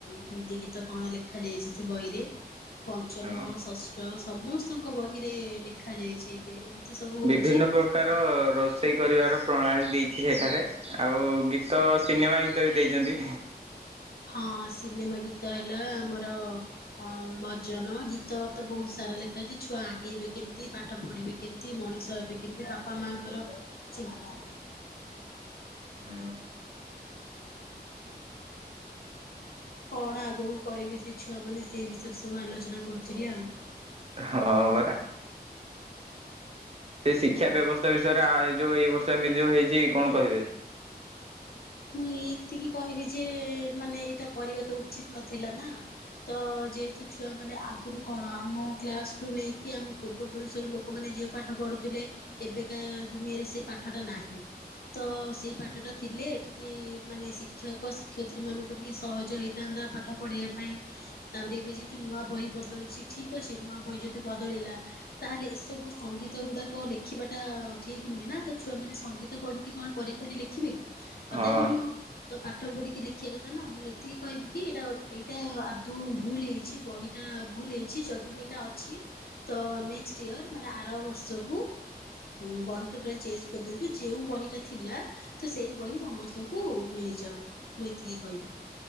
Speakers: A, on the left; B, on the right.
A: ହିନ୍ଦୀ ଗୀତ କଣ ଲେଖା ଦେଖାାଯାଇଛି ସେ ବହିରେ। ପଞ୍ଚମ
B: ହଁ
A: ଷଷ୍ଠ ସମସ୍ତଙ୍କ ବହିରେ ଲେଖାଯାଇଛି। ଏ ଏମିତି ସବୁ ହଉଛି।
B: ବିଭିନ୍ନ ପ୍ରକାର ରୋଷେଇ କରିବାର ପ୍ରଣାଳୀ ଦେଇଛି ସେଠାରେ। ଆଉ ଗୀତ ସିନେମା ଗୀତ ବି ଦେଇଛନ୍ତି।
A: ହଁ ସିନେମା ଗୀତ ହେଲା ଆମର ଅଁ ଭଜନ ଗୀତ ତ ବହୁତ ସାରା ଲେଖାଛି ଛୁଆ ଆଗେଇବେ କେମତି ପାଠ ପଢ଼ିବେ କେମିତି ମଣିଷ ହେବେ କେମିତି ବାପା ମାଆଙ୍କର ଚିନ୍ତା।
B: ହୁ।
A: କଣ ଆଗକୁ କରିବେ ସେ ଛୁଆମାନୋନେ ସେଇ ବିଷୟରେ ସବୁ ଆଲୋଚନା କରୁଥିଲେ ଆଉ।
B: ହଁ ପରା। ସେ ଶିକ୍ଷା ବ୍ୟବସ୍ଥା ବିଷୟରେ ଆ ଯୋଉ ଏଇ ବର୍ଷ ଏମିତି ଯୋଉ ହେଇଛି କଣ କହିବେ?
A: ମୁଁ ଏଇତିକି କହିବି ଯେ ମାନେ ଏଇଟା କରିବା ତ ଉଚିତ ନଥିଲା ନା। ତ ଯେହେତୁ ଛୁଆ ମାନେ ଆଗରୁ କଣ ଆମ କ୍ଲାସୁଟୁ ନେଇକି ଆମ ପୂର୍ବ ପୁରୁଷର ଲୋ ଲୋକମାନେ ଯୋଉ ପାଠ ପଢୁଥିଲେ ଏବେକା ଦୁନିଆରେ ସେ ପାଠ ଟା ନାହିଁ। ତ ସେଇ ପାଠଟା ଥିଲେ ଟିକେ ମାନେ ଶିକ୍ଷକ ଶିକ୍ଷୟତ୍ରୀ ମାନଙ୍କୁ ଟିକେ ସହଜ ହେଇଥାନ୍ତା ପାଠ ପଢେଇବା ପାଇଁ ତାପରେ ଏବେ ଯେ ତୁ ନୂଆ ବହି ବଦଳିଛି ଠିକ ଅଛି। ନୂଆ ବହି ଯଦି ବଦଳିଲା ତାହେଲେ ଏସବୁ ସଙ୍ଗୀତ ଗୁଡାକ ଲେଖିବାଟା ଠିକ ନୁହେଁ ନା ତ ଛୁଆ ମାନେ ସଙ୍ଗୀତ ପଢି କି କଣ ପରୀକ୍ଷାରେ ଲେଖିବେ କି କଦାପି
B: ହଁ
A: ନୁହଁ ତ ପାଠ ପଢିକି ଲେଖିବା କଥା ନା ମୁଁ ଏତିକି କହିବି କି ଏଇଟା ଏଇଟା ଆଦୌ ଭୁଲ ହେଇଛି ବହି ଏଇଟା ଭୁଲ ହେଇଛି ଯଦି ବି ଏଇଟା ଅଛି ତ ନେକ୍ସଟ ଇୟର ମାନେ ଆର ବର୍ଷକୁ ହୁଁ ବହି ଟୋଟାଲ ଚେଞ୍ଚ କରିଦିଅନ୍ତୁ ଯେଉଁ ବହିଟା ଥିଲା ତ ସେଇ ବହି ସମସ୍ତଙ୍କୁ ମିଳିଯାଉ ମୁଁ ଏତିକି କହିବି